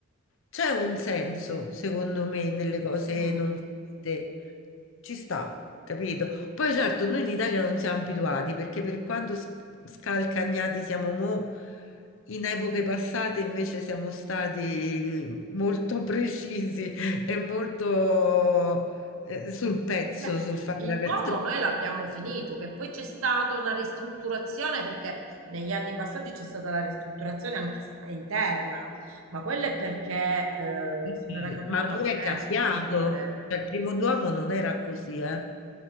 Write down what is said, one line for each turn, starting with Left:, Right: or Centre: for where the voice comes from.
Left: c'è un senso, secondo me, nelle cose
Right: mm.
Left: non fatte. Ci sta, capito? Poi certo, noi in Italia non siamo abituati, perché per quanto s- scalcagnati siamo mo', in epoche passate invece siamo stati molto <laughs> precisi e molto eh, sul pezzo,
Right: Beh,
Left: sul fare
Right: il
Left: la canzone.
Right: Duomo noi l'abbiamo finito, che poi c'è stata una ristrutturazione perché negli anni passati c'è stata la ristrutturazione anche s- interna, ma quella è perché eh,
Left: Sì,
Right: se n'era caduto
Left: Ma
Right: un
Left: pure
Right: affresco,
Left: è cambiato.
Right: mi pare.
Left: Cioè, Il primo Duomo non era così, eh.